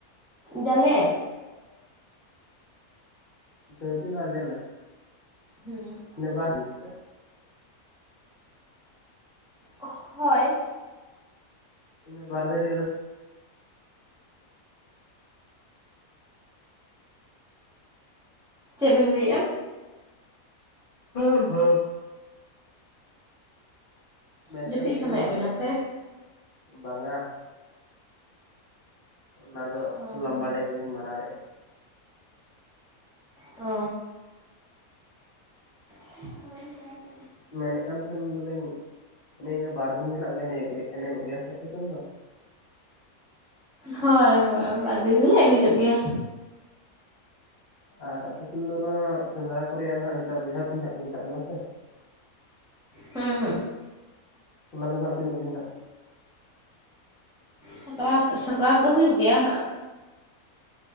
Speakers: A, in the centre; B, on the left.
A: ᱡᱟᱞᱮ
B: ᱠᱷᱩᱱᱴᱟᱹᱣ ᱫᱤᱱ ᱟᱨ ᱡᱟᱞᱮ
A: ᱦᱩᱸ
B: ᱤᱱᱟᱹ ᱵᱟᱨ ᱫᱤᱱ ᱜᱮᱸᱥᱮ?
A: ᱦᱳᱭ
B: ᱤᱱᱟᱹ ᱵᱟᱨ ᱫᱤᱱ ᱨᱮᱜᱮ ᱨᱟᱥ
A: ᱪᱮᱫ ᱵᱤᱱ ᱞᱟᱹᱭᱮᱜ-ᱟ?
B: <unintelligible> ᱢᱮᱱᱮᱫ
A: ᱡᱟᱹᱯᱤᱫ
B: ᱠᱟᱱ ᱛᱟᱦᱮᱱᱟᱞᱤᱧ
A: ᱥᱟᱱᱟᱭᱮᱫ
B: ᱱᱚᱣᱟ
A: ᱵᱤᱱᱟ ᱥᱮ?
B: ᱵᱟᱝᱟ ᱚᱱᱟ ᱫᱚ
A: ᱚ
B: ᱞᱚᱢᱵᱟ ᱰᱮ ᱠᱷᱚᱱᱟᱜ ᱜᱤᱧ ᱢᱟᱨᱟᱣᱮᱜ-ᱟ
A: ᱚ <unintelligible>
B: ᱢᱮᱱᱮᱫ ᱠᱷᱟᱱ ᱫᱚᱞᱤᱧ ᱤᱱᱟᱹ ᱤᱱᱟᱹ ᱵᱟᱨ ᱫᱤᱱ ᱜᱮ ᱱᱟᱦᱟᱜ ᱵᱤᱱ ᱮᱱᱮᱡᱚᱜ ᱜᱮᱭᱟ ᱥᱮ ᱟᱯᱮ ᱥᱮᱱ ᱫᱚ?
A: ᱦᱳᱭ ᱦᱳᱭ ᱵᱟᱨ ᱫᱤᱱ ᱜᱮᱞᱤᱧ ᱮᱱᱮᱡᱚᱜ ᱜᱮᱭᱟ᱾
B: ᱟᱨ ᱟᱯᱮ ᱥᱮᱱ ᱫᱚ ᱚᱱᱟ ᱥᱮᱸᱫᱽᱨᱟ ᱠᱚᱨᱮᱭᱟᱜ ᱪᱮᱫᱟᱜ ᱡᱟᱦᱟ ᱵᱚᱡᱷᱟ ᱛᱩᱧ ᱨᱮᱱᱟᱜ ᱠᱚ ᱢᱮᱛᱟᱜ ᱠᱟᱱᱟ ᱥᱮ
A: ᱦᱩᱸ ᱦᱩᱸ
B: ᱚᱱᱟ ᱫᱚ ᱱᱟᱜ ᱛᱤᱱᱟᱹᱜ ᱫᱤᱱ ᱱᱟᱜ?
A: ᱥᱟᱠᱨᱟᱛ ᱥᱟᱠᱨᱟᱛ ᱫᱚ ᱦᱩᱭᱩᱜ ᱜᱮᱭᱟ ᱦᱟᱸᱜ